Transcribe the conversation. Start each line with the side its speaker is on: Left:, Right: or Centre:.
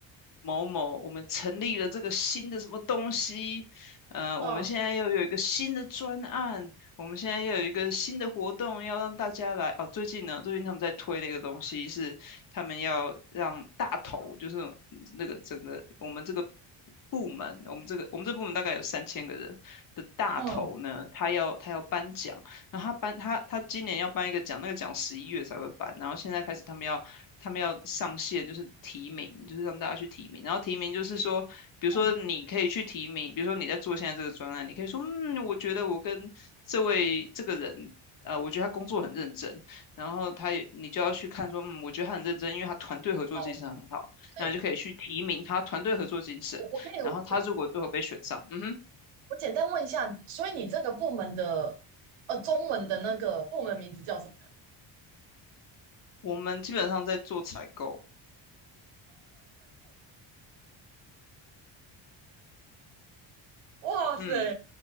Left: 某某我们成立了这个新的什么东西，呃，
Right: 嗯
Left: 我们现在又有一个新的专案，我们现在又有一个新的活动要让大家来哦。最近呢，最近他们在推的一个东西是他们要让大头，就是那个整个我们这个部门，我们这个我们这部门大概有三千个人的大头呢，
Right: 嗯
Left: 他要他要颁奖，然后他颁他他今年要颁一个奖，那个奖十一月才会颁，然后现在开始他们要他们要上线，就是提名，就是让大家去提名，然后提名就是说，比如说你可以去提名，
Right: 嗯，
Left: 比如说你在做现在这个专案，你可以说，嗯，我觉得我跟这位这个人。呃，我觉得他工作很认真，然后他也，你就要去看说，嗯，我觉得他很认真，因为他团队合作精神很好，
Right: 哦，所以
Left: 那你就可以去提名他团队合作精神。
Right: 我我可以我
Left: 然后他如果最后被选上，嗯哼，
Right: 我简单问一下，所以你这个部门的呃中文的那个部门名字叫什么？
Left: 我们基本上在做采购，
Right: 哇塞，
Left: 嗯